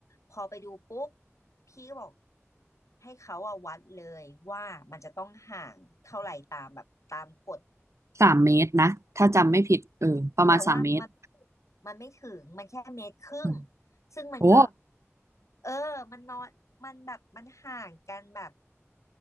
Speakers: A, on the left (about 85°); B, on the right (about 70°).
A: พอไปดูปุ๊บพี่ก็บอกให้เขาอ่ะวัดเลยว่ามันจะต้องห่างเท่าไหร่ตามแบบตามกฎ
B: สามเมตรนะ ถ้าจำไม่ผิดเออประมาณสามเมตร
A: แต่ว่ามันมันไม่ถึงมันแค่เมตรครึ่ง
B: อืม
A: ซึ่งมันก็
B: โอ้
A: เออมันนอนมันแบบมันห่างกันแบบ